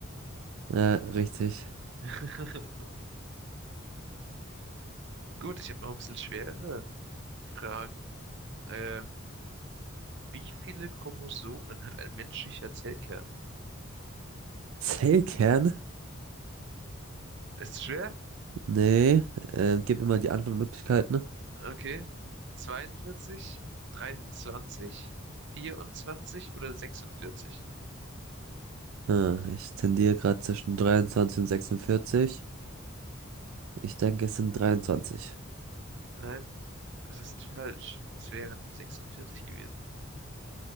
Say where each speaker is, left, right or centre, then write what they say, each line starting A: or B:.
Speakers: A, on the right (about 80°); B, on the right (about 60°).
A: Ja, richtig.
B: <laughs> Gut, ich habe noch ein bisschen schwere Fragen. Ähm, wie viele Chromosomen hat ein menschlicher Zellkern?
A: Zellkern?
B: Ist zu schwer?
A: Nee, äh, gib mir mal die Antwortmöglichkeiten.
B: Okay. 42, 23, 24 oder 46?
A: Hm, ich tendiere gerade zwischen 23 und 46. Ich denke, es sind 23.
B: Nein, das ist falsch. Es wären die 46 gewesen.